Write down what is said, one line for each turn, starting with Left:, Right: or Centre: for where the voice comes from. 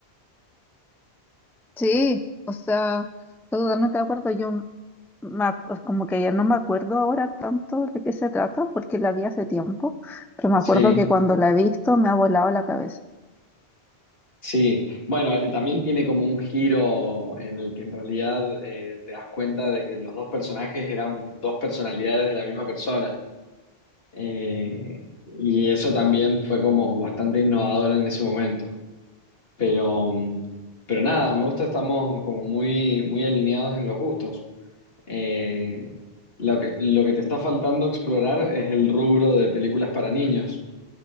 Centre: Sí, o sea, estoy totalmente de acuerdo. Yo me ac- como que ya no me acuerdo ahora tanto de qué se trata, porque la vi hace tiempo, pero me
Left: Sí,
Centre: acuerdo que cuando la he visto me ha volado la cabeza.
Left: sí. Bueno, y también tiene como un giro en el que en realidad eh, te das cuenta de que los dos personajes eran dos personalidades de la misma persona. Eh, y eso también fue como bastante innovador en ese momento. Pero, mm, pero nada, me gusta, estamos como muy, muy alineados en los gustos. Eh, lo que, lo que te está faltando explorar es el rubro de películas para niños.